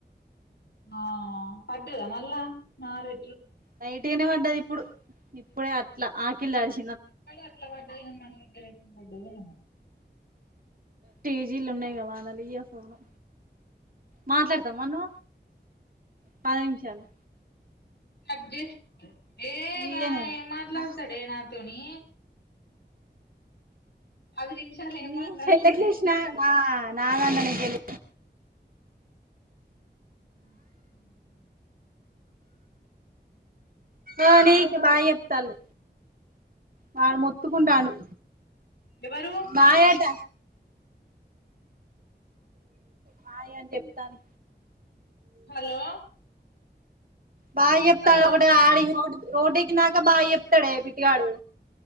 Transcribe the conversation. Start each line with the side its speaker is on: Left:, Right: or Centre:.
Left: ఆ పడ్డదా మల్ల నారే
Right: లైట్గానే పడ్డది ఇప్పుడు ఇప్పుడే అట్లా ఆకిల్డిచ
Left: అక్కడ అట్లా వడ్డయినాం మన దగ్గర వడ్డదయము
Right: టీజీలు ఉన్నాయిగా వానాలియ్య ఫోను మాట్లాడతా మను పది నిమిషాలు
Left: కట్ జేస్త ఏగా
Right: ఇయ్య నేను
Left: ఏం మాట్లాడతాడే
Right: నా
Left: నాతోని పది నిమిషాలు ఏం
Right: ని
Left: మాట్లాడతాడే
Right: చెళ్లే కి లేసినా మా నాదాంలో నే తెలి
Left: ఉ ఏం తిన్నారు?
Right: ఆ నీకు బాయ్ ఎప్తల్లు వాడు మొత్తుకుండాలు
Left: ఎవరు
Right: మాయట బాయ్ అని చెప్తాను
Left: హలో
Right: బాయి చెప్తాడు
Left: హలో
Right: ఒకటి ఆడి రోడ్ రోడ్కి నాక బాయి చెప్తాడే పిట్టిగాడు